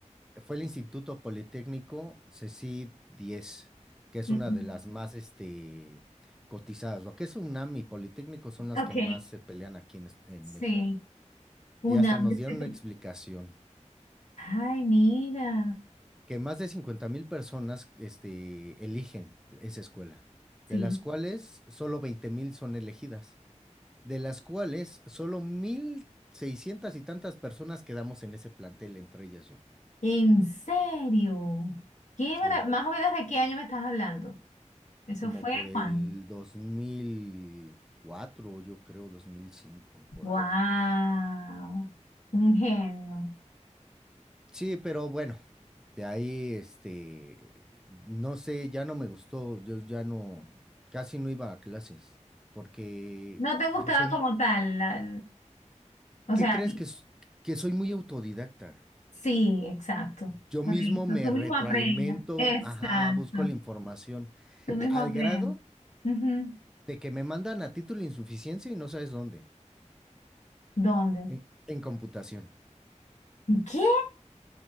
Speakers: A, in the centre; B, on the left.
A: fue el Instituto Politécnico CECID diez, que es
B: Ujú.
A: una de las más este, cotizadas. Lo que es UNAM y Politécnico son las
B: Ok,
A: que más se pelean aquí en, es- en
B: sí.
A: México.
B: Un
A: Y hasta
B: año.
A: nos dieron
B: seten-
A: una explicación,
B: Ay, mira.
A: que más de cincuenta mil personas este, eligen esa escuela,
B: Sí.
A: de las cuales solo veinte mil son elegidas, de las cuales solo 1.600 y tantas personas quedamos en ese plantel, entre ellas yo.
B: ¿En serio? ¿Qué
A: Sí,
B: mara- más o menos de qué año me estás hablando? Eso
A: como
B: fue
A: por el
B: Juan.
A: 2004 yo creo, 2005 por
B: Wow.
A: ahí.
B: Un genio.
A: Sí, pero bueno, de ahí, este, no sé, ya no me gustó, yo ya no, casi no iba a clases, porque
B: No te gustaba
A: yo soy,
B: como tal. la- o
A: ¿qué
B: sea,
A: crees que, s- que soy muy autodidacta?
B: sí, exacto.
A: Yo
B: Correcto.
A: mismo me
B: Tú
A: retroalimento,
B: mismo aprendes. Exacto.
A: ajá, busco la información,
B: Tú mismo
A: y al
B: aprendes.
A: grado
B: Ujú.
A: de que me mandan a título de insuficiencia y no sabes dónde,
B: ¿Dónde?
A: en, en computación.
B: ¿Qué?